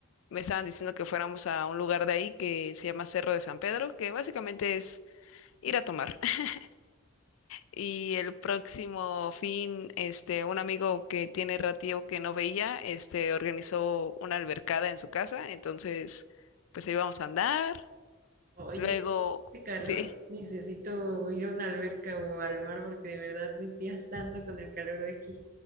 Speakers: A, on the left; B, on the right.
A: Me estaban diciendo que fuéramos a un lugar de ahí que se llama Cerro de San Pedro, que básicamente es ir a tomar. <laughs> Y el próximo fin, este, un amigo que tiene ratío que no veía, este, organizó una albercada en su casa, entonces, pues ahí vamos a andar.
B: Ay,
A: Luego,
B: yo, qué calor.
A: sí.
B: Necesito ir a una alberca o al mar porque de verdad me estoy asando con el calor de aquí.